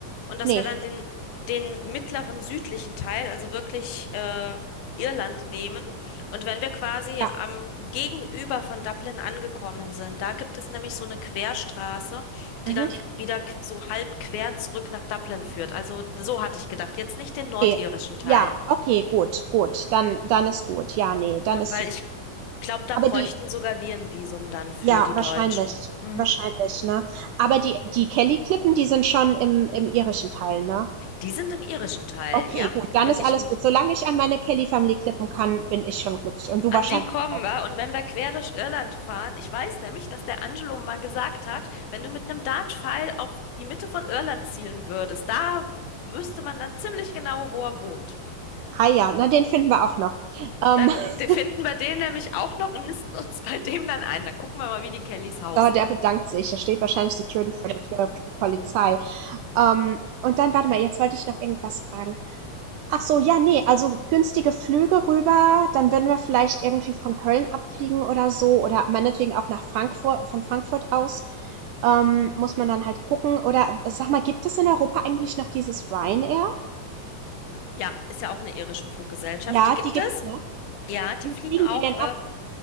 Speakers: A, on the left (about 90°); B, on the right (about 80°).
A: und dass
B: nee,
A: wir dann den den mittleren südlichen Teil, also wirklich äh, Irland nehmen und wenn wir quasi
B: ja.
A: am Gegenüber von Dublin angekommen sind, da gibt es nämlich so eine Querstraße,
B: Mhm.
A: die dann wieder qu- so halb quer zurück nach Dublin führt. Also so hatte ich gedacht, jetzt nicht den nordirischen
B: Okay,
A: Teil.
B: ja, okay, gut, gut, dann dann ist gut. Ja, nee, dann
A: Ja,
B: ist
A: Weil ich glaube, da
B: aber
A: bräuchten
B: die
A: sogar wir ein Visum dann für
B: ja,
A: die
B: wahrscheinlich,
A: Deutschen. Hm.
B: wahrscheinlich, ne? Aber die die Kelly-Klippen, die sind schon im im irischen Teil, ne?
A: Die sind im irischen Teil,
B: Okay,
A: ja?
B: gut, dann
A: Und
B: ist
A: ich,
B: alles gut. Solange ich an meine Kelly-Family klippen kann, bin ich schon glücklich und du
A: an
B: wahrscheinlich
A: die kommen
B: auch.
A: wir. Und wenn wir quer durch Irland fahren, ich weiß nämlich, dass der Angelo mal gesagt hat, wenn du mit einem Dartpfeil auf die Mitte von Irland zielen würdest, da wüsste man dann ziemlich genau, wo er wohnt.
B: Ah ja, na, den finden wir auch noch. Ähm,
A: Dann
B: <laughs>
A: de- finden wir den nämlich auch noch und nisten uns bei dem dann ein. Dann gucken wir mal, wie die Kellys hausen.
B: oh, der bedankt sich. Da steht wahrscheinlich Security vor der Tür, ruft die Polizei. Ähm, und dann, warte mal, jetzt wollte ich noch irgendwas fragen. Ach so, ja, ne, also günstige Flüge rüber, dann würden wir vielleicht irgendwie von Köln abfliegen oder so oder meinetwegen auch nach Frankfurt, von Frankfurt aus. Ähm, muss man dann halt gucken. Oder äh, sag mal, gibt es in Europa eigentlich noch dieses Ryanair?
A: Ja, ist ja auch eine irische Fluggesellschaft.
B: Ja,
A: Die gibt
B: die gibt's
A: es.
B: noch.
A: Ja, die
B: Wo
A: fliegen
B: fliegen
A: auch,
B: die denn
A: äh,
B: ab?